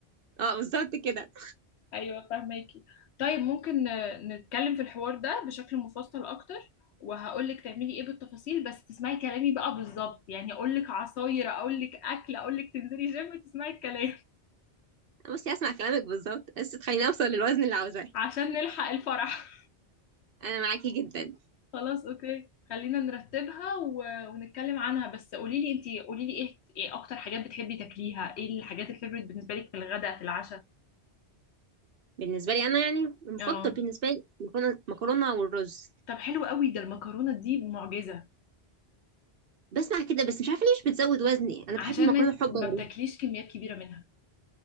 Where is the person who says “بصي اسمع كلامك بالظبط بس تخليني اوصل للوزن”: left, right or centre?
Right